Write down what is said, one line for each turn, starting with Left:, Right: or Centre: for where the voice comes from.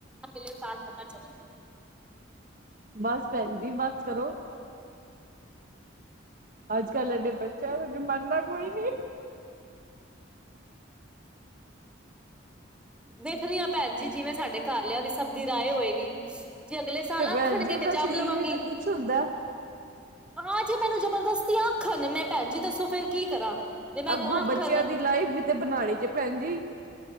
Centre: ਅਗਲੇ ਸਾਲ ਪਤਾ ਚੱਲੇ
Right: ਬਸ ਭੈਨ ਜੀ ਬਸ ਕਰੋ। ਅੱਜ-ਕੱਲ ਐਡੇ ਬੱਚਿਆ ਦਾ ਜ਼ਮਾਨਾ ਕੋਈ ਨੀ।
Centre: ਦੇਖਦੀ ਆ ਭੈਨ ਜੀ ਜਿਵੇਂ ਸਾਡੇ ਘਰਲਿਆਂ ਦੀ ਸਬ ਦੀ ਰਾਏ ਹੋਏਗੀ। ਜੇ ਅਗਲੇ ਸਾਲ
Right: ਤੇ ਭੈਣ
Centre: ਆਖਨਗੇ
Right: ਜੀ ਆਪਣਾ
Centre: ਤੇ ਜੰਮ
Right: ਸਰੀਰ
Centre: ਲਵਾਂਗੀ।
Right: ਵੀ ਤਾਂ ਕੁਛ ਹੁੰਦਾ
Centre: ਹਾਂ ਜੇ ਮੈਨੂੰ ਜਬਰਦਸਤੀ ਆਖਨ ਨਾ ਮੈਂ ਭੈਨ ਜੀ ਦੱਸੋ ਫੇਰ ਕੀ ਕਰਾਂ। ਜੇ ਮੈਨੂੰ
Right: ਅੱਗੋਂ
Centre: ਆਖਣ
Right: ਬੱਚੇਆਂ ਦੀ ਲਾਈਫ ਵੀ ਤੇ ਬਨਾਨੀ ਜੇ ਭੈਨ ਜੀ।